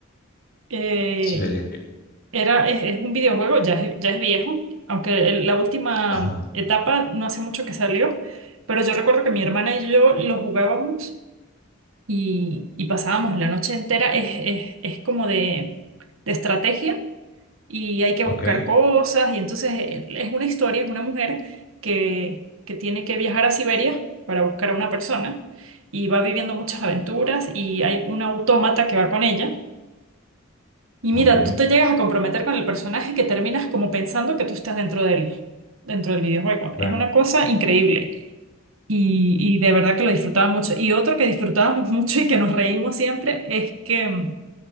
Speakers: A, on the right (about 75°); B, on the left (about 50°).
A: eh,
B: Sí, vería que.
A: era, es, es un videojuego, ya es, ya es viejo, aunque el- la última
B: Ajá.
A: etapa no hace mucho que salió, pero yo recuerdo que mi hermana y yo lo jugábamos y, y pasábamos la noche entera, es, es, es como de, de estrategia y hay que
B: Ok,
A: buscar cosas y entonces eh, es una historia, es una mujer que, que tiene que viajar a Siberia para buscar a una persona y va viviendo muchas aventuras y hay un autómata que va con ella y mira,
B: Ok,
A: tú te llegas a comprometer con el personaje que terminas como pensando que tú estás dentro del, dentro del videojuego.
B: claro.
A: Es una cosa increíble. Y, y de verdad que lo disfrutaba mucho. Y otro que disfrutábamos <laughs> mucho y que nos reímos siempre es que, mm,